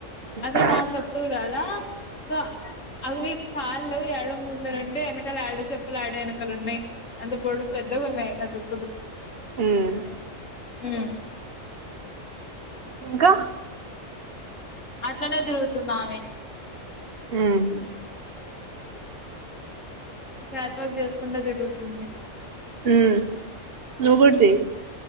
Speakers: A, on the left; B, on the right.
A: అది
B: ఆ
A: నా చెప్పులు కదా సో అవి కాళ్ళ ఎద్దంగునంటే వెనకలు ఆడ చెప్పులు ఆడ వెనకలు ఉన్నాయి అంత పొడుగు పెద్దగా ఉన్నాయి ఆ చెప్పులు
B: హమ్
A: హమ్
B: ఇంకా
A: అట్లనే తిరుగుతుందమె
B: హ్మ్మ్
A: క్యాట్ వాక్ చేసుకుంట తిరుగుతుంది
B: ఉ నువ్వుకూడా చేయ్